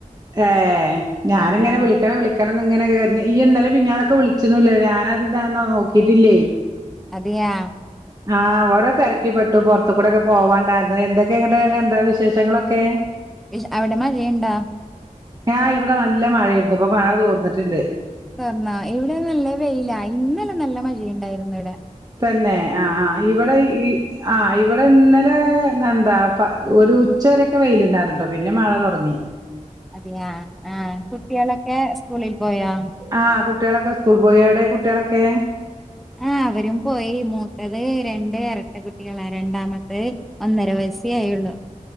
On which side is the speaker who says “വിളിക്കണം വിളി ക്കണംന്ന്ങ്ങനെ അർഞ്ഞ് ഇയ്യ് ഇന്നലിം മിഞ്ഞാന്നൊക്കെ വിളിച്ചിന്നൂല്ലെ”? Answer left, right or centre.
Right